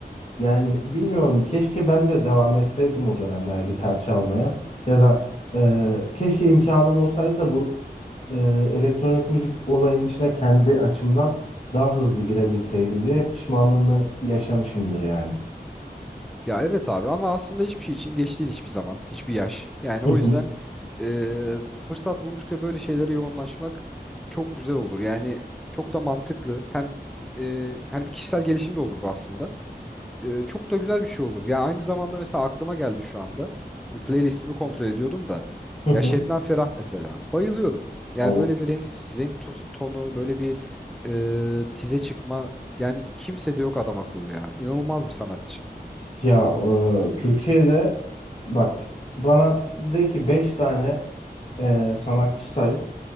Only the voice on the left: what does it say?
Yani bilmiyorum keşke ben de devam etseydim o dönemler gitar çalmaya. Ya da e, keşke imkanım olsaydı da bu e, elektronik müzik olayının içine kendi açımdan daha hızlı girebilseydim diye pişmanlığını yaşamışımdır yani.
Hı
hı.
Hı
hı.
Ya e, Türkiye'de bak bana de ki 5 tane e, sanatçı say.